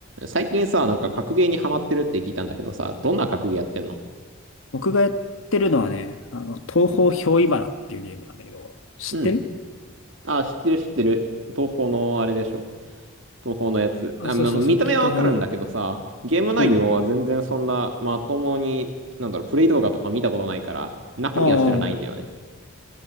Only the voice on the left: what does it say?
僕がやってるのはね、あの、東方憑依花っていうゲームなんだけど、知ってる
あ、
そうそうそう、
と東方の。
うん。
ああ。